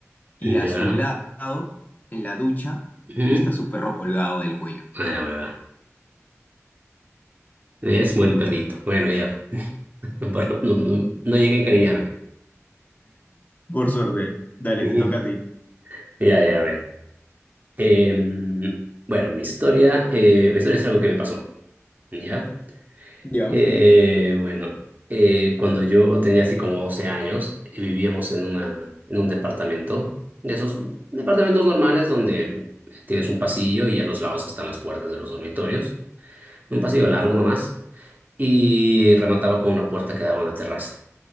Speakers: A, on the left; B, on the right.
A: y
B: Ya.
A: a su lado, en la ducha,
B: ujú.
A: está su perro colgado del cuello.
B: Ah, la hueva. Es muere el perrito. Bueno, ya. <laughs> No, no, no llegué a encariñarme.
A: Por suerte. Dale,
B: Ujú.
A: te toca a ti.
B: Ya, ya, a ver. Em, bueno, mi historia, eh, mi historia es algo que me pasó. ¿Ya?
A: Ya.
B: Eh, bueno, eh, cuando yo tenía así como 12 años, eh, vivíamos en una, en un departamento, de esos departamentos normales donde tienes un pasillo y a los lados están las puertas de los dormitorios. un pasillo largo nomás, y remataba con una puerta que daba a una terraza,